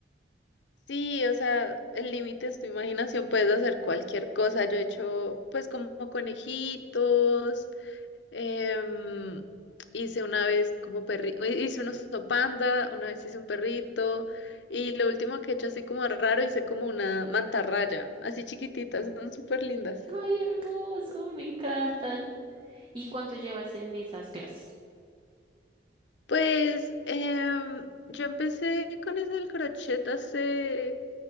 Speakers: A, on the left; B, on the right.
A: Sí, o sea, el límite es tu imaginación, puedes hacer cualquier cosa. Yo he hecho pues como conejitos. Em, hice una vez como perrito, hice un oso panda, una vez hice un perrito y lo último que he hecho así como raro, hice como una mantarraya, así chiquititas, son súper lindas.
B: Ay, hermoso, me encantan. ¿Y cuánto llevas en esas clases?
A: Pues em, yo empecé con eso del crochet hace,